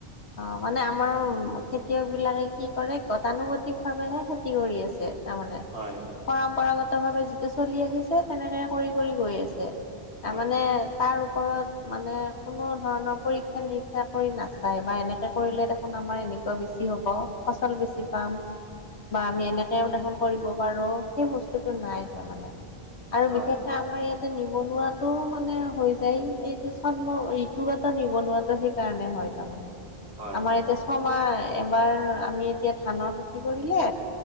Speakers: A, on the left (about 80°); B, on the right (about 80°).
A: অ, মানে আমাৰ খেতিয়ক বিলাকে কি কৰে গতানুগতিক ভাৱেহে খেতি খেতি কৰি আছে তাৰমানে।
B: হয়
A: পৰম্পৰাগত ভাৱে যিটো চলি আহিছে তেনেকে কৰি- কৰি গৈ আছে আ
B: হয়
A: মানে তাৰ ওপৰত মানে কোনো ধৰণৰ পৰীক্ষা নিৰীক্ষা কৰি নাছ নাই বা এনেকে কৰিলে দেখোন আমাৰ এনেকুৱা বেছি হ'ব ফচল বেছি পাম বা আমি এনেকেও দেখুন কৰিব পাৰোঁ সেই বস্তুটো নাই তাৰমানে। আৰু
B: হয়
A: বিশেষকে আমাৰ ইয়াত তে নিবনুৱাটো মানে হৈ যায় এইটো চন্ম ঋতুগত নিবনুৱাটো সেইকাৰণে হয়। তাৰমানে
B: হয়
A: আমাৰ এতিয়া ছমাহ এবাৰ আমি এতিয়া ধানৰ খেতি কৰিলে